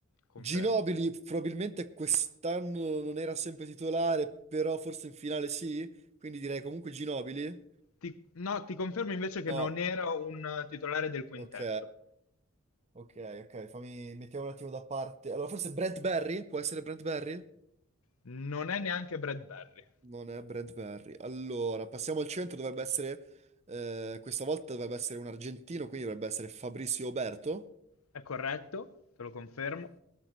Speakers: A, on the left; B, on the right.
A: Confermo.
B: Ginobili probabilmente quest'anno non era sempre titolare, però forse in finale sì, quindi direi comunque Ginobili.
A: Ti- no, ti confermo invece che
B: No,
A: non era un eh, titolare del quintetto.
B: ok, ok, ok, fammi, mettiamo un attimo da parte. Allora, forse Brent Barry? Può essere Brent Barry?
A: Non è neanche Brad Barry.
B: Non è Brent Barry. Allora, passiamo al centro, dovrebbe essere, eh, questa volta dovrebbe essere un argentino, quindi dovrebbe essere Fabrizio Oberto.
A: È corretto, te lo confermo.